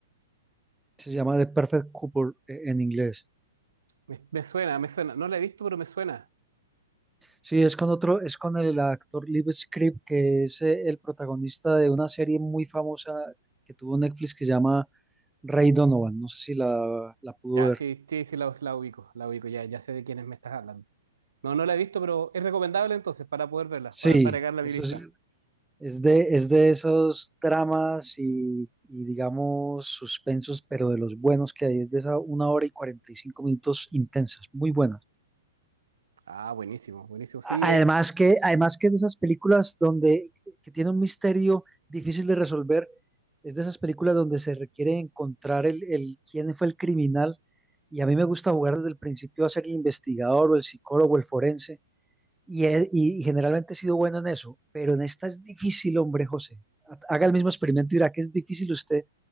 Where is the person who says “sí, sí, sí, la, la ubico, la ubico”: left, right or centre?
Right